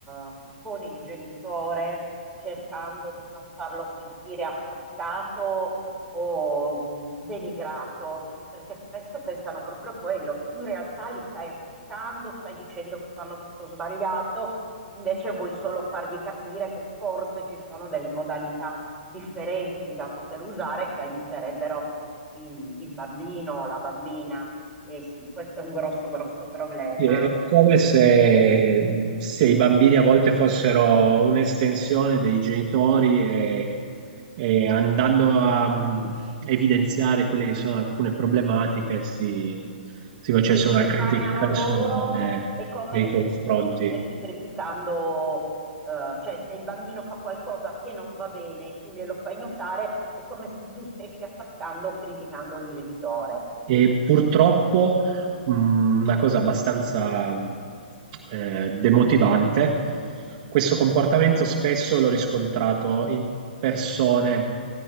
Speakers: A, in the centre; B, on the right.
A: eh, con il genitore, cercando di non farlo sentire attaccato o mh, denigrato, perché spesso pensano proprio a quello, che tu in realtà li stai attaccando, stai dicendo che fanno tutto sbagliato, invece vuoi solo fargli capire che forse ci sono delle modalità differenti da poter usare che aiuterebbero i, il bambino o la bambina. E sì, questo è un grosso, grosso problema
B: Sì, È come se, se i bambini a volte fossero un'estensione dei genitori e, e andando a mm, evidenziare quelle che sono alcune problematiche si, si facesse
A: Sì, se
B: una critica
A: sbagliano
B: personale
A: loro è come
B: nei
A: se
B: confronti.
A: tu stessi criticando, eh, cioè se il bambino fa qualcosa che non va bene, tu glielo fai notare, è come se tu stessi attaccando o criticando il genitore.
B: E purtroppo mh, una cosa abbastanza mh, eh, demotivante, questo comportamento spesso l'ho riscontrato in persone